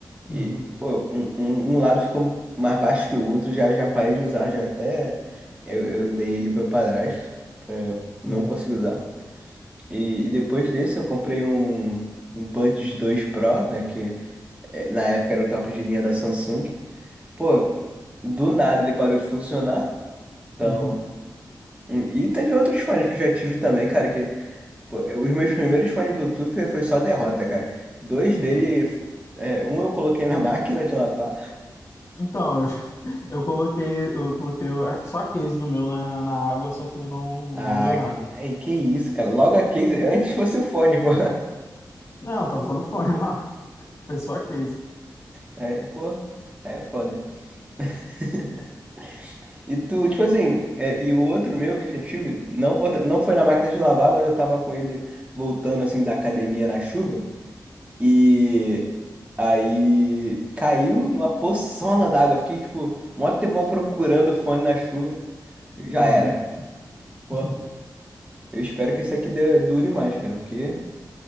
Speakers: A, on the left (about 40°); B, on the right (about 20°).
A: Uhum,
B: E, pô, um, um, um lado ficou mais baixo que o outro, já, já parei de usar, já até eu, eu dei ele pro meu padrasto, pra não
A: uhum,
B: conseguir usar. E, e depois desse eu comprei um, um Buds dois Pro, né, que eh, na época era o top de linha da Samsung. Pô, do nada ele parou de funcionar, então...
A: uhum.
B: hum, E teve outros fones que eu já tive também, cara, que... Pô, eu- os meus primeiros fones Bluetooth foi foi só derrota, cara. Dois dele...
A: <laughs>
B: eh, um eu coloquei na <laughs> máquina de lavar,
A: Então, eu, <laughs> eu coloquei, eu coloquei o- só a case do meu na, na água, só que não,
B: Ah,
A: não deu nada.
B: ai, que isso, cara. Logo a case, antes fosse o fone, <laughs> pô.
A: Não, eu tava usando fone, não. <laughs> Foi só a case.
B: É, pô, é foda. <laughs> E tu, tipo assim, é, e o outro meu que eu já tive, não, bota, não foi na máquina de lavar, mas eu tava com ele voltando assim da academia na chuva. E aí caiu numa poçona d'água. Fiquei, tipo, mó tempão procurando o fone na chuva. Já
A: Uhum,
B: era. Pô,
A: <laughs>
B: eu espero que esse aqui dê- dure mais, cara, porque